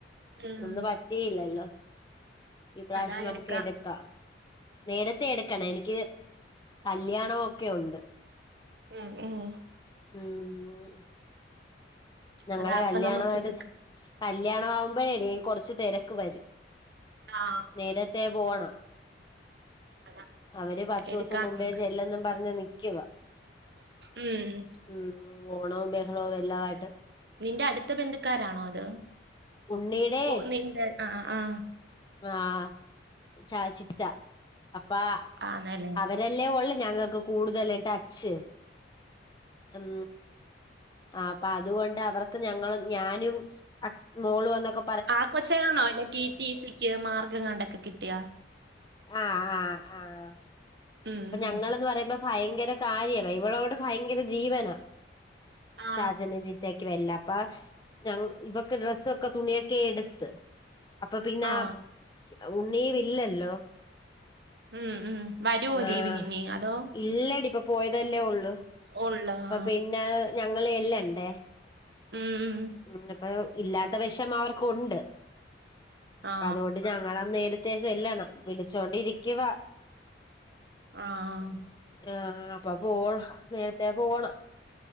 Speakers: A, on the right (about 65°); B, on the left (about 25°).
A: ഉം.
B: ഒന്ന് പറ്റയില്ലല്ലോ ഈ പ്രാശ്യം
A: അതാ
B: നമുക്ക്
A: എടുക്കാം
B: എടുക്കാ. നേരത്തെ എടുക്കണ എനിക്ക് കല്യാണൊക്കെ ഉണ്ട്.
A: ഉം ഉം.
B: ഉം. ഞങ്ങളെ
A: അതാ അപ്പൊ
B: കല്യാണമായിട്ട്.
A: നമുക്ക് എടുക്കാം
B: കല്ല്യാണ വാവുമ്പോഴെ ടി കൊറച്ച് തെരക്ക് വരും
A: ആ
B: നേട. ത്തെ പോണം
A: അതാ
B: അവര് പത്തൂസം
A: എടുക്കാം
B: മുമ്പേ
A: നമുക്ക്
B: ചെല്ലെന്നും പറഞ്ഞ് നി ക്കവാ.
A: ഉം.
B: ഉം ഓണവും ബഹളവും എല്ലാ ആയിട്ട്.
A: നിന്റെ അടുത്ത ബന്ധുക്കാരാണോ അത്
B: ഉണ്ണീടെ
A: ഓ നിന്റെ ആഹ് ആഹ്.
B: ആഹ് ചാ ചിത്ത അപ്പാ
A: ആണല്ലേ
B: അവര്. തല്ലേ ഓലെ ഞങ്ങൾക്ക് കൂടുതല് ട്ടച്ച്. ഉം. ആഹ് അപ്പൊ അതുകൊണ്ട് അവർക്ക് ഞങ്ങളും ഞാനും അ മോളും ന്നൊക്കെ.
A: ആ കൊച്ചാണോ അല്ലെ റ്റി റ്റീ സിക്ക് മാർക്ക് എങ്ങാണ്ടൊക്കെ കിട്ടിയൊ.
B: ആഹ് ആഹ് ആഹ്
A: ഉം
B: അപ്പൊ ഞങ്ങള്ന്ന്
A: ഉം.
B: പറയുമ്പോ. ഭയങ്കര കാര്യവാ ഇവളോട് ഭയങ്കര ജീവനാ
A: ആ
B: ചാച്ചന് ചി റ്റക്ക് എല്ലാപ്പാ ഞ ഇവൊക്ക് ഡ്രസ്സൊക്കെ തുണിയൊക്കെ എടുത്ത്. അപ്പൊ പിന്നെ
A: ആ
B: ഉണ്ണിയും ഇല്ലല്ലോ.
A: ഉം ഉം വരുവോ
B: ആഹ്
A: ലീവിന് ഇനി അതോ
B: ഇല്ലടി ഇപ്പൊ പോയതല്ലേ ഉള്ളൂ.
A: ഉള്ള
B: അപ്പൊ
A: ആ
B: പിന്നെ ഞങ്ങള് എല്ലാണ്ടേ.
A: ഉം ഉം
B: ഉം ഇന്നിപ്പൊ ഇല്ലാത്ത വേഷമം അവർക്ക്ണ്ട് അപ്പതോണ്ട്
A: ആ
B: ഞങ്ങളാ നേരി ത്തെ ചെല്ലണം വിളിച്ചോണ്ടിരിക്കുവാ
A: ആഹ്‌
B: ആഹ്‌ അപ്പൊ പോണം നേരത്തെ പോണം